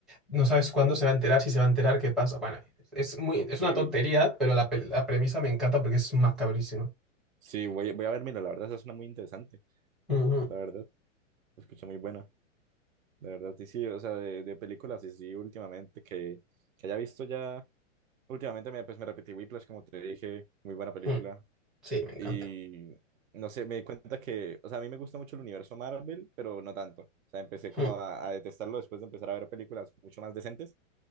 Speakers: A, in the centre; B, on the right.
A: no sabes cuándo se va a enterar, si se va a enterar, qué pasa. Bueno, es muy,
B: ok.
A: es una tontería, pero la, pel- la premisa me encanta porque es macabrísima.
B: Sí, voy, voy a ver, mira, la verdad, esa es una muy interesante.
A: Ujú,
B: La verdad, se escucha muy buena. De verdad, y sí, o sea, de, de películas y sí, últimamente, que, que haya visto ya, últimamente me, pues me repetí Whiplash, como te dije, muy buena película,
A: ujú. Sí, me encanta.
B: y no sé, me di cuenta que, o sea, a mí me gusta mucho el universo Marvel, pero no tanto, o sea, empecé como
A: Ujú.
B: a, a detestarlo después de empezar a ver películas mucho más decentes,